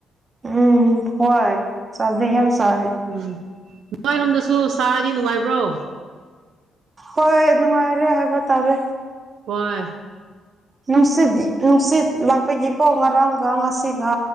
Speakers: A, on the right; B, on the right.
A: ꯎꯝ ꯍꯣꯏ ꯁꯕꯗꯤ ꯌꯥꯝ ꯁꯥꯢ
B: ꯎꯝ ꯅꯣꯏꯔꯣꯝꯗꯁꯨ ꯁꯥꯔꯗꯤ ꯅꯨꯡꯉꯥꯏꯕ꯭ꯔꯣ <unintelligible>
A: ꯍꯣꯏ ꯅꯨꯡꯉꯥꯏꯔꯦ ꯍꯥꯏꯕ ꯇꯥꯔꯦ
B: ꯍꯣꯏ
A: ꯅꯨꯡꯁꯤꯠꯗꯤ ꯅꯨꯡꯁꯤꯠ ꯂꯥꯛꯄꯒꯤꯀꯣ ꯉꯔꯥꯡꯒ ꯉꯥꯁꯤꯒ